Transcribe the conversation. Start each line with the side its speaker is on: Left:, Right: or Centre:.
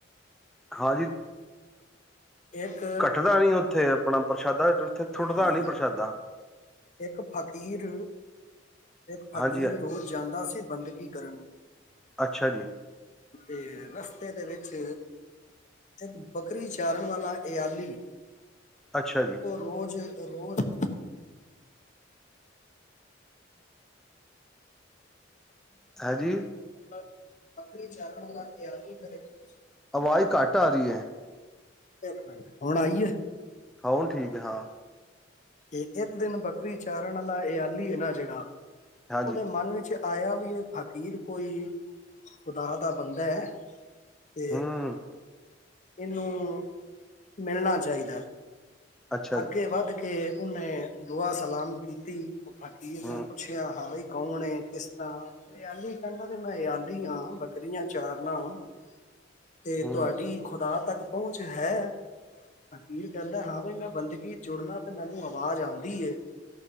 Centre: ਹਾਂਜੀ।
Left: ਇੱਕ
Centre: ਘਟਦਾ ਨੀ ਉੱਥੇ। ਆਪਣਾ ਪ੍ਰਸ਼ਾਦਾ। ਉੱਥੇ ਥੁੱਟਦਾ
Left: ਹਾਂ
Centre: ਨੀ ਪ੍ਰਸ਼ਾਦਾ
Left: ਇੱਕ ਫ ਖ਼ੀਰ। ਇੱਕ ਫ਼ਕੀਰ
Centre: ਹਾਂਜੀ
Left: ਰੋਜ਼ ਜਾਂਦਾ ਸੀ ਬੰਦਗੀ। ਕਰਨ।
Centre: ਅੱਛਾ ਜੀ।
Left: ਤੇ ਰਸਤੇ ਦੇ ਵਿੱਚ ਇੱਕ ਬੱਕਰੀ ਚਾਰਨ ਵਾਲਾ ਅਯਾਲੀ।
Centre: ਅੱਛਾ ਜੀ
Left: ਉਹ ਰੋਜ਼ ਉਹ ਰੋਜ਼ <unintelligible>
Centre: ਹਾਂਜੀ
Left: ਬੱਕਰੀ ਚਾਰਨ ਵਾਲਾ ਅਯਾਲੀ <unintelligible>
Centre: ਆਵਾਜ਼ ਘੱਟ ਆ ਰਹੀ ਐ।
Left: ਇੱਕ ਮਿੰਟ ਹੁਣ ਆਈਏ?
Centre: ਹਾ ਹੁਣ ਠੀਕ ਹੈ, ਹਾਂ।
Left: ਇਹ ਇੱਕ ਦਿਨ ਬੱਕਰੀ ਚਾਰਨ ਆਲਾ ਅਯਾਲੀ ਐ ਨਾ ਜਿਹੜਾ
Centre: ਹਾਂਜੀ
Left: ਉਹਦੇ ਮਨ ਵਿੱਚ ਆਇਆ ਵੀ ਇਹ ਫ਼ਕੀਰ ਕੋਈ ਖੁਦਾ ਦਾ ਬੰਦਾ ਹੈ ਤੇ
Centre: ਹੂੰ
Left: ਇਹਨੂੰ ਮਿਲਣਾ ਚਾਹੀਦਾ।
Centre: ਅੱਛਾ
Left: ਅੱਗੇ
Centre: ਜੀ
Left: ਵੱਧ ਕੇ ਉਹਨੇ ਦੁਆ ਸਲਾਮ ਕੀਤੀ। ਫ਼ਕੀਰ
Centre: ਹੂੰ
Left: ਨੂੰ ਪੁੱਛਿਆ ਹਾਂ ਬਾਈ ਕੌਣ ਏ? ਕਿਸ ਤਰ੍ਹਾਂ? ਅਯਾਲੀ ਕਹਿੰਦਾ ਕਿ ਮੈਂ ਅਯਾਲੀ ਹਾਂ। ਬੱਕਰੀਆਂ ਚਾਰਨਾ ਤੇ
Centre: ਹੂੰ
Left: ਤੁਹਾਡੀ ਖੁਦਾ ਤੱਕ ਪਹੁੰਚ ਹੈ? ਫ਼ਕੀਰ ਕਹਿੰਦਾ ਹਾਂ ਬਾਈ ਮੈਂ ਬੰਦਗੀ ਜੁੜਨਾ ਤੇ ਮੈਨੂੰ ਆਵਾਜ਼ ਆਉਂਦੀ ਏ